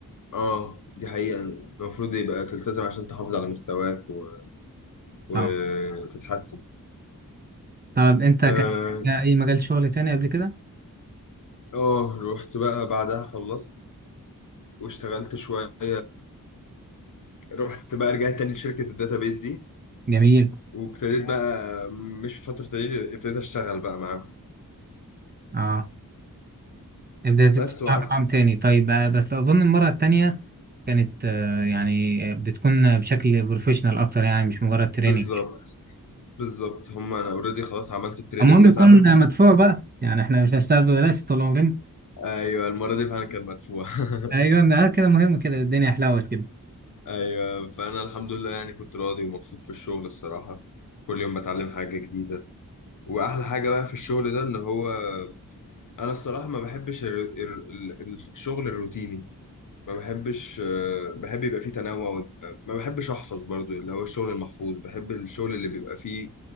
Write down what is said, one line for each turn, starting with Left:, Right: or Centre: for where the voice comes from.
Left: اه دي حقيقة المفروض يبقى تلتزم عشان تحافظ على مستواك و... وتتحسن
Right: طبعا طب أنت
Left: اه
Right: كان أي مجال شغل تاني قبل كده؟
Left: آه، رحت بقى بعدها خلصت واشتغلت شوية رحت بقى رجعت تاني لشركة الداتابيز دي
Right: جميل
Left: وابتديت بقى مش في فترة تدريب ابتديت اشتغل بقى معاهم
Right: أه ابدأ
Left: بس
Right: تشتغل
Left: وقعدت
Right: رقم تاني طيب آه بس أظن المرة التانية كانت آه يعني آه، بتكون بشكل بروفيشنال أكتر يعني مش مجرد تريننج
Left: بالظبط بالظبط هم انا اوريدي خلاص عملت التريننج
Right: المهم يكون
Left: بتاعهم
Right: آه، مدفوع بقى يعني احنا مش هنشتغل ببلاش طول عمرنا
Left: ايوه المرة دي فعلا كان مدفوع <laughs>
Right: أيوة آه، كده مهم كده الدنيا حلوت كده
Left: ايوه فانا الحمد لله يعني كنت راضي ومبسوط في الشغل الصراحه كل يوم بتعلم حاجه جديده واحلى حاجه بقى في الشغل ده ان هو انا الصراحه ما بحبش الر- الر- ال- الشغل الروتيني ما بحبش آه، بحب يبقى فيه تنوع و- آه، ما بحبش احفظ برضو اللي هو الشغل المحفوظ بحب الشغل اللي بيبقى فيه